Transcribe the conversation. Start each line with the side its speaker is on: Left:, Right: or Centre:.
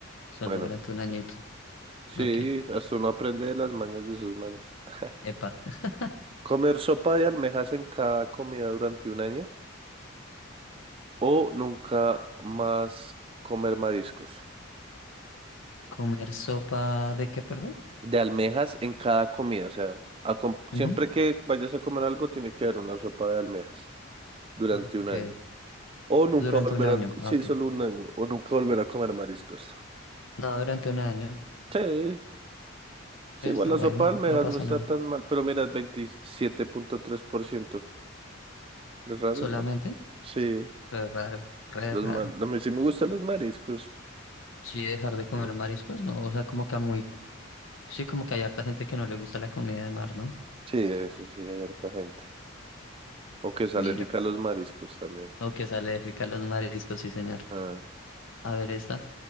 Left: solo
Right: Bueno,
Left: durante un añito.
Right: sí,
Left: Ok,
Right: hasta uno aprende de las mañas de sus manes. <laughs>
Left: epa. <laughs>
Right: ¿Comer sopa de almejas en cada comida durante un año o nunca más comer mariscos?
Left: ¿Comer sopa de qué, perdón?
Right: de almejas en cada comida. O sea, acom- siempre
Left: Ujú,
Right: que vayas a comer algo, tiene que haber una sopa de almejas durante
Left: Ok,
Right: un año. O nunca
Left: durante
Right: volver
Left: un año,
Right: a, sí,
Left: ah, ok.
Right: solo un año, o nunca volver a comer mariscos.
Left: No, durante un año.
Right: Sí, sí,
Left: Está
Right: igual la
Left: bueno,
Right: sopa de almejas
Left: no pasa
Right: no está
Left: nada.
Right: tan mal, pero mira, el veintisiete punto tres por ciento, Es raro,
Left: Solamente,
Right: ¿no? Sí,
Left: re raro, re
Right: los
Left: raro.
Right: ma- a mí sí me gustan los mariscos.
Left: Sí, dejar de comer
Right: Mm,
Left: mariscos, no. O sea, como que a muy. Sí, como que hay harta gente que no le gusta la comida de mar, ¿no?
Right: Sí, eso sí, hay harta gente. O que es alérgica
Left: Mira.
Right: a los mariscos también.
Left: O que es alérgica a los mariscos, sí, señor.
Right: Ah,
Left: A ver, esta.